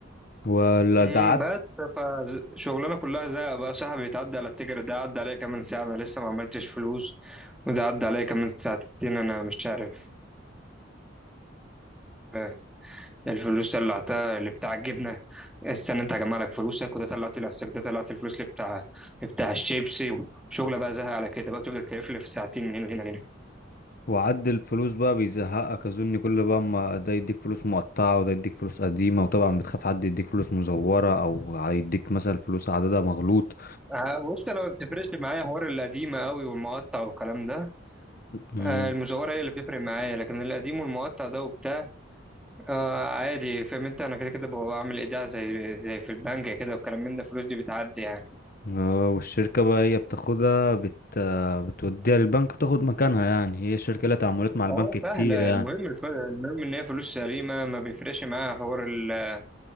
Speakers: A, on the left; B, in the centre.
A: ولا
B: امم
A: ده عد
B: بس فشغلنا كلها زهق بقى صاحبي يتعدى على التيجر ده عدى عليا كمان ساعه انا لسه ما عملتش فلوس وده عدى عليا كمان ساعتين انا مش عارف آه، الفلوس طلعتها اللي بتاع الجبنه استنى انت هجمع لك فلوسك وده طلعت الاستك ده طلعت الفلوس اللي بتاع اللي بتاع الشيبسي وشغله بقى زهق على كده بقى تفضل تلف في ساعتين من هنا لهنا
A: وعد الفلوس بقى بيزهقك اظن كل بقى ما ده يديك فلوس مقطعة وده يديك فلوس قديمة وطبعا بتخاف حد يديك فلوس مزورة او هيديك مثلا فلوس عددها مغلوط
B: آه، بص انا ما بتفرقش معايا حوار القديمه قوي والمقطع والكلام ده
A: مم.
B: آه، المزوره هي اللي بتفرق معايا لكن القديم والمقطع ده وبتاع آه عادي فاهم انت انا كده كده ببقى بعمل ايداع زي زي في البنك كده والكلام من ده الفلوس دي بتعدي يعني
A: اه والشركة بقى هي بتاخدها بت... بتوديها للبنك وتاخد مكانها يعني هي الشركة لها تعاملات مع البنك
B: اه
A: كتير
B: سهله
A: يعني
B: المهم الف- المهم ان هي فلوس سليمه ما بيفرقش معايا حوار ال